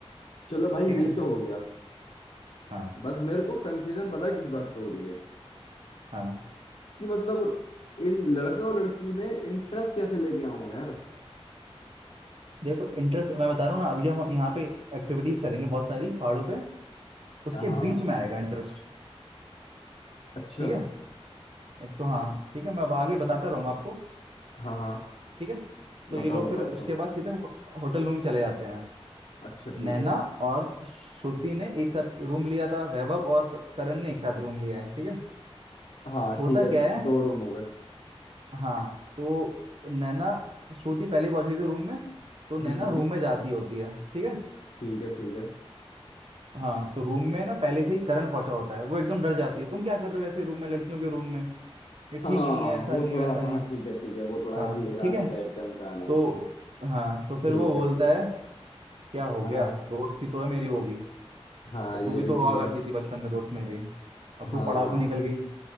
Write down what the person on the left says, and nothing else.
चलो भाई
ये तो हो गया
बस मेरे को कंफ्यूजन पता है किस बात पे हो रही है
कि मतलब इन लड़के और लड़की में इंटरेस्ट कैसे लेके आऊं यार
हाँ
अच्छा
हाँ हाँ
बताओ
बताओ
बताओ
अच्छा ठीक
है
हाँ
ठीक है
दो रूम हो गए
हम्म
हम्म
ठीक है ठीक है
हाँ
वो
थोड़ा
हाँ
ठीक है ठीक है वो थोड़ा
ऐसी हरामी
टाइप का इंसान है
ठीक
है
हाँ
हाँ
ये
भी
ठीक
है
हाँ